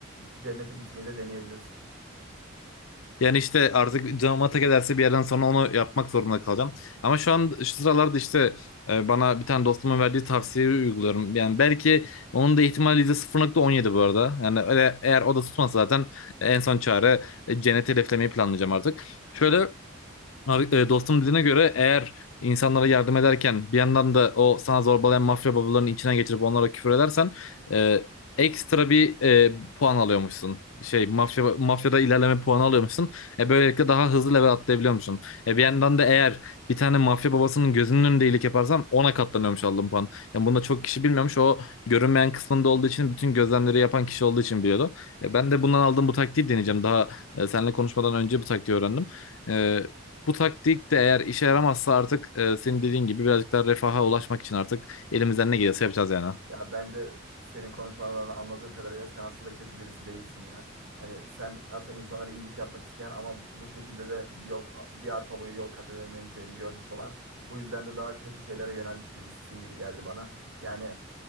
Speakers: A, on the right (about 70°); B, on the left (about 85°).
A: cennete gitmeyi de deneyebilirsin.
B: Yani işte artık canım ata giderse bir yerden sonra onu yapmak zorunda kalacağım. Ama şu an şu sıralarda işte e, bana bir tane dostumun verdiği tavsiyeyi uyguluyorum. Yani belki onun da ihtimali %0.17 bu arada. Yani öyle eğer o da tutmazsa zaten en son çare e, cenneti hedeflemeyi planlayacağım artık. Şöyle Ar- e, Dostum dediğine göre eğer insanlara yardım ederken bir yandan da o sana zorbalayan mafya babalarının içine geçirip onlara küfür edersen e, ekstra bir e, puan alıyormuşsun. Şey mafya mafyada ilerleme puanı alıyormuşsun. E böylelikle daha hızlı level atlayabiliyormuşsun. E bir yandan da eğer bir tane mafya babasının gözünün önünde iyilik yaparsan ona katlanıyormuş aldığın puan. Yani bunu da çok kişi bilmiyormuş. O görünmeyen kısmında olduğu için bütün gözlemleri yapan kişi olduğu için biliyordu. E, ben de bundan aldığım bu taktiği deneyeceğim. Daha e, seninle konuşmadan önce bu taktiği öğrendim. E, bu taktik de eğer işe yaramazsa artık e, senin dediğin gibi birazcık daha refaha ulaşmak için artık elimizden ne gelirse yapacağız yani.
A: Ya bence senin konuşmalarından anladığım kadarıyla sen aslında kötü birisi değilsin ya. Hani sen aslında insanlara iyilik yapmak isteyen ama bu şekilde de bir yol, bir arpa boyu yol kat edemeyeceğini görmüş olan, bu yüzden de daha kötü şeylere yönelmiş birisisin gibi geldi bana. Yani